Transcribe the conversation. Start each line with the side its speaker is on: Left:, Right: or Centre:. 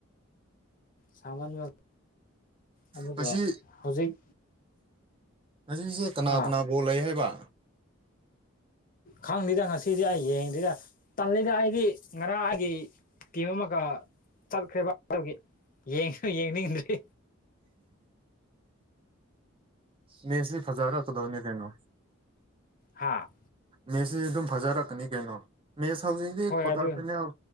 Left: ꯁꯥꯃꯅ ꯑꯕꯀ
Right: ꯉꯁꯤ
Left: ꯍꯧꯖꯤꯛ
Right: ꯉꯖꯤꯛꯁꯦ ꯀꯅꯥ
Left: ꯑꯥ
Right: ꯀꯅꯥ ꯕꯣꯜ ꯂꯩ ꯍꯥꯏꯕ
Left: ꯈꯪꯗꯦꯗ ꯉꯁꯤꯗꯤ ꯑꯩ ꯌꯦꯡꯗꯗ ꯇꯜꯂꯤꯗ ꯑꯩꯗꯤ ꯉꯔꯥꯡꯒꯤ ꯇꯤꯝ ꯑꯃꯒ ꯆꯠꯈ꯭ꯔꯦꯕ ꯑꯗꯨꯒꯤ ꯌꯦꯡ ꯌꯦꯡꯅꯤꯡꯗ꯭ꯔꯤ
Right: ꯃꯁꯤ ꯍꯖꯥꯔꯥ ꯇꯗꯧꯅꯦ ꯀꯩꯅꯣ
Left: ꯍꯥꯥ
Right: ꯃꯦꯠꯁꯁꯤ ꯑꯗꯨꯝ ꯐꯖꯔꯛꯀꯅꯤ ꯀꯩꯅꯣ ꯃꯦꯠꯁ ꯍꯧꯖꯤꯛꯇꯤ
Left: ꯍꯣꯏ
Right: ꯀ꯭ꯣꯇꯥꯔ
Left: ꯑꯗꯨ
Right: ꯐꯅꯦꯜ